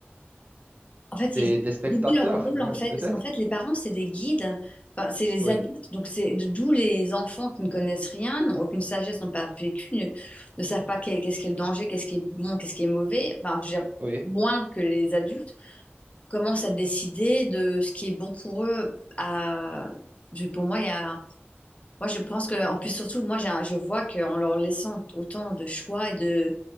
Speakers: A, on the left (about 30°); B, on the right (about 40°).
A: En fait,
B: Des,
A: ils
B: des spectateurs,
A: ils oublient leur rôle,
B: <laughs>
A: en fait,
B: peut-être?
A: parce qu'en fait, les parents, c'est des guides, Enfin, c'est les
B: Oui,
A: adultes, donc c'est de- d'où les enfants qui ne connaissent rien, n'ont aucune sagesse, n'ont pas vécu, ne, ne savent pas qu'est- qu'est-ce qu'est le danger, qu'est-ce qui est bon, qu'est-ce qui est mauvais, enfin, je veux dire,
B: oui,
A: moins que les adultes, commencent à décider de ce qui est bon pour eux. À... je- Pour moi, il y a... Moi, je pense que, en plus, surtout, moi, j'ai un- je vois qu'en leur laissant autant de choix et de,